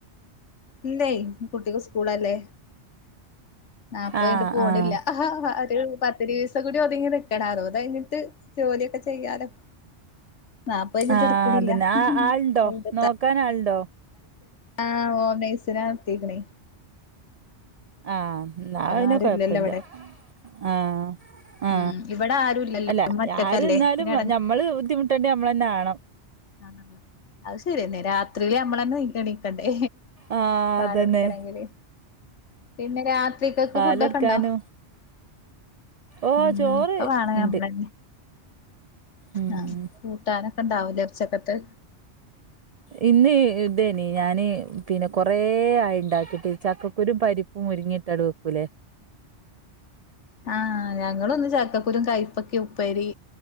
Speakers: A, on the left (about 90°); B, on the right (about 70°).
A: ഇല്ലെയ് കുട്ടിക്ക് സ്കൂളല്ലേ നാപ്പയിഞ്ഞിട്ട്
B: ആഹ്
A: പോണില്ല
B: ആഹ്
A: ഒരു പത്ത് ദിവസം കൂടി ഒതുങ്ങി നിക്കണ അറുപതയിഞ്ഞിട്ട് ജോലിയൊക്കെ ചെയ്യാലോ നാപ്പയിഞ്ഞിട്ട്
B: ആഹ്
A: എടുക്കണില്ല
B: അതന്നെ ആ ആളുണ്ടോ
A: ഒര അമ്പതാറ്
B: നോക്കാൻ ആളുണ്ടോ
A: ആ ഹോം നഴ്സിനെ നിർത്തീക്കണേ
B: ആ ന്നാ പിന്നെ
A: ആരും
B: കൊയപ്പില്ല്യ
A: ഇല്ലല്ലോ ഇവിടെ
B: ആ ആ
A: ഉം ഇവിടെ ആരും ഇല്ലല്ലോ
B: അല്ല
A: ഉമ്മ ഒറ്റക്കല്ലേ
B: ആര് നിന്നാലും
A: പിന്നെ
B: ഞമ്മള് ബുദ്ധിമുട്ടേണ്ട ഞമ്മൾ തന്നെ ആണം
A: ആ അത് ശരിയെന്നെ രാത്രിയില് നമ്മളന്നെ എണീക്കണ്ടേ
B: ആ
A: പാല്
B: അതന്നെ
A: കൊടുക്കണെങ്കില് പിന്നെ രാത്രിക്കക്ക്
B: പാലെടുക്കാനും
A: ഫുഡൊക്കെണ്ടോ
B: ഓ
A: ഉം
B: ചോറ്
A: ഒക്കെ വേണം
B: ഉണ്ട്
A: നമ്മളന്നെ
B: ഉം
A: ആ കൂട്ടാനൊക്കെ ഇണ്ടാവലേ ഉച്ചക്കത്തെ
B: ഇന്ന് ഇതേനി ഞാന് പിന്നെ കൊറ ആയി ഉണ്ടാക്കിട്ട് ചക്കക്കുരും പരിപ്പും മുരിങ്ങേട്ട ട് വെക്കൂലേ
A: ആഹ് ഞങ്ങളൊന്ന് ചക്കക്കുരും കൈപ്പക്കിം ഉപ്പേരി